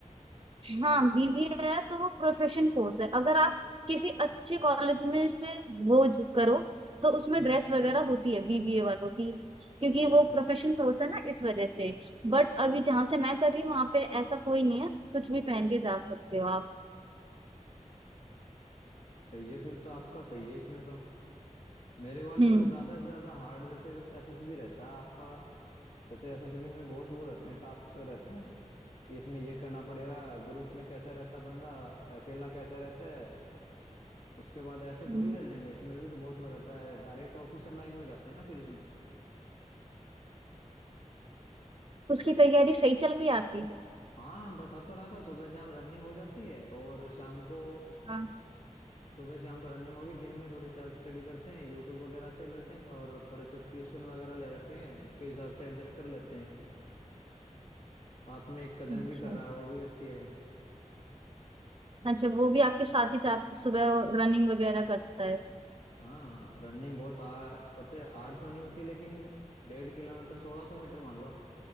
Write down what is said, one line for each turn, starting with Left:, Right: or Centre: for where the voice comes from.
Right: हाँ बीबीए है तो वो प्रोफेशन कोर्स है अगर आप किसी अच्छे कॉलेज में से वो ज- करो तो उसमें
Left: हम्म
Right: ड्रेस वगैरह होती है बीबीए वालों की क्योंकि
Left: अच्छा
Right: वो प्रोफेशन कोर्स है ना इस वजह से बट अभी जहां से मैं कर रही हूँ वहां पे ऐसा कोई नहीं है कुछ भी पहन के जा सकते हो आप
Left: सही है फिर तो आपका सही है इसमें तो मेरे वाले
Right: हम्म
Left: में तो ज्यादा से ज्यादा हार्ड जैसे बस एसएसबी रहता है आपका जैसे एसएसबी में बहुत वो रहते हैं टास्क रहते हैं कि इसमें ये करना पड़ेगा ग्रुप में कैसा रहता बंदा अकेला कैसा रहता है उसके बाद ऐसे
Right: हम्म।
Left: थोड़ी ले लेंगे इसमें भी तो बहुत वो रहता है डायरेक्ट ऑफिसर लाइन में जाते हैं ना फिर इसमें
Right: उसकी तैयारी सही चल रही है आपकी
Left: हाँ बता तो रहा था सुबह शाम रनिंग हो जाती है और शाम को
Right: हाँ
Left: सुबह शाम तो रनिंग होगी दिन में थोड़ी सेल्फ स्टडी करते हैं यूट्यूब वगैरह से लेते हैं और थोड़े सब्सक्रिप्शन वगैरह ले रखे हैं उसके हिसाब से एडजस्ट कर लेते हैं साथ में एक कजन
Right: अच्छा
Left: भी कर रहा है वो भी अच्छी है
Right: अच्छा वो भी आपके साथ ही जात सुबह रनिंग वगैरह करता है
Left: हाँ रनिंग बहुत आ, होते हार्ड तो नहीं होती लेकिन डेढ़ किलोमीटर सोलह सौ मीटर मान लो